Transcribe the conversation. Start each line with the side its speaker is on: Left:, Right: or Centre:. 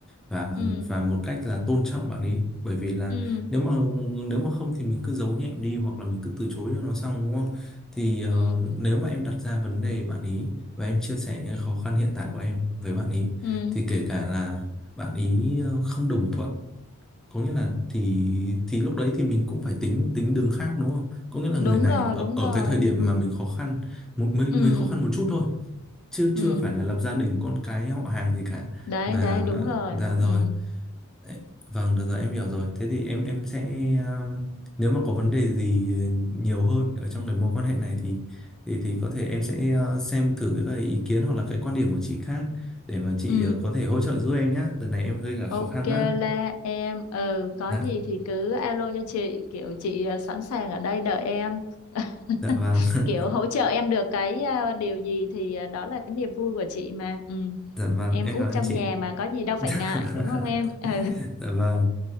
Centre: và
Left: ừ
Centre: và một cách là tôn trọng bạn ấy bởi vì là
Left: ừ
Centre: nếu mà nếu mà không thì mình cứ giấu nhẹm đi hoặc là mình cứ từ chối cho nó xong đúng không thì ờ,
Left: ừ
Centre: nếu mà em đặt ra vấn đề bạn ý và em chia sẻ những khó khăn hiện tại của em với bạn ý
Left: ừ
Centre: thì kể cả là bạn ý ờ, không đồng thuận có nghĩa là thì thì lúc đấy thì mình cũng phải tính tính đường khác đúng không? Có nghĩa là
Left: đúng
Centre: người này
Left: rồi
Centre: ở,
Left: đúng
Centre: ở
Left: rồi
Centre: cái thời điểm
Left: ừ
Centre: mà mình khó khăn một mình,
Left: ừ
Centre: mình khó khăn một chút thôi chứ
Left: ừ
Centre: chưa phải là lập gia đình con cái họ hàng gì cả
Left: đấy
Centre: mà,
Left: đấy
Centre: mà
Left: đúng rồi
Centre: dạ
Left: ừ
Centre: rồi Ê, vâng được rồi em hiểu rồi thế thì em em sẽ um, nếu mà có vấn đề gì uh, nhiều hơn ở trong cái mối quan hệ này thì thì thì có thể em sẽ uh, xem thử cái ý kiến hoặc là cái quan điểm của chị khác để mà chị
Left: ừ
Centre: uh, có thể hỗ trợ giúp em nhé đợt này em gây cả
Left: Ok
Centre: khó khăn đó
Left: là em ừ có
Centre: Dạ.
Left: gì thì cứ alo cho chị kiểu chị ờ, sẵn sàng ở đây đợi em <laughs>
Centre: Dạ vâng, <laughs>
Left: kiểu hỗ trợ em được cái ờ, điều gì thì ờ, đó là cái niềm vui của chị mà ừ.
Centre: dạ vâng,
Left: Em
Centre: em
Left: út
Centre: cảm ơn
Left: trong
Centre: chị.
Left: nhà mà có gì đâu phải
Centre: <laughs>
Left: ngại đúng không em <laughs> ừ.
Centre: Dạ vâng,